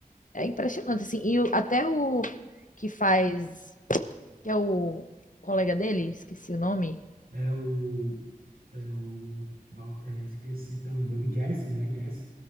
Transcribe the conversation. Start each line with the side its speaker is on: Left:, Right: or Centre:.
Left: É impressionante, assim. E o- até o que faz, que é o colega dele, esqueci o nome.
Right: É o. É o. Val- É, esqueci também. O Jesse, né? Jesse.